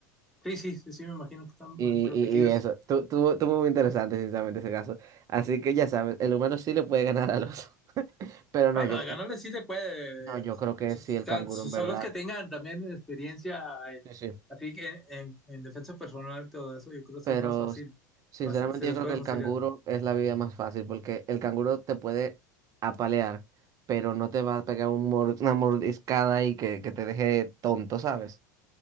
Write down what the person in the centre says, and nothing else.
Sí, sí, sí, sí, me imagino que están
protegidos.
Bueno,
de ganarle sí le puede.
So-
so-
Son
los que tengan también experiencia en,
así que en, en- en defensa personal y todo eso, yo creo que
sí es más fácil,
fácil- se les
puede
facilitar.